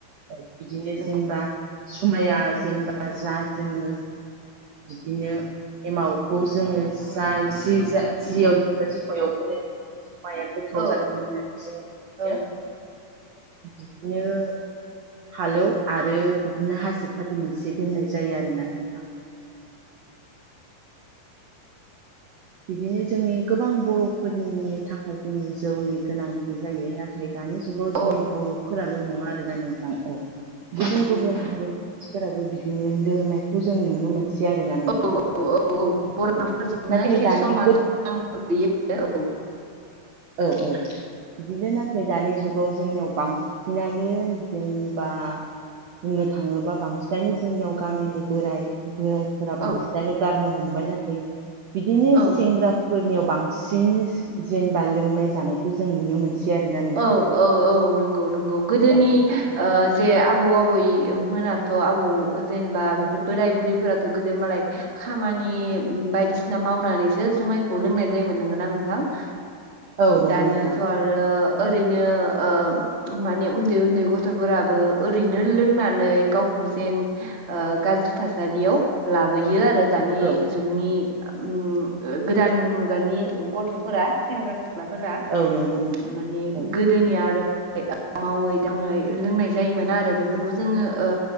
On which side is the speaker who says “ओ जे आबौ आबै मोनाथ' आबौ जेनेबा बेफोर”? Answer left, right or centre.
Right